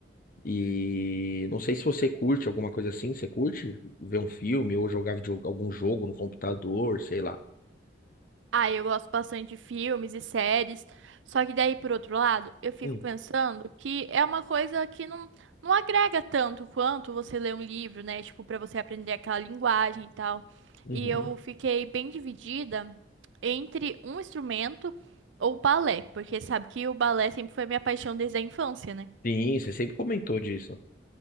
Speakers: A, on the left; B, on the right.
A: E não sei se você curte alguma coisa assim, você curte ver um filme ou jogar video- algum jogo no computador, sei lá.
B: Ah, eu gosto bastante de filmes e séries. Só que daí, por outro lado, eu fico
A: Hum,
B: pensando que é uma coisa que não, não agrega tanto quanto você ler um livro, né? Tipo, pra você aprender aquela linguagem e tal.
A: uhum.
B: E eu fiquei bem dividida entre um instrumento ou balé, porque sabe que o balé sempre foi minha paixão desde a infância, né?
A: Sim, você sempre comentou disso.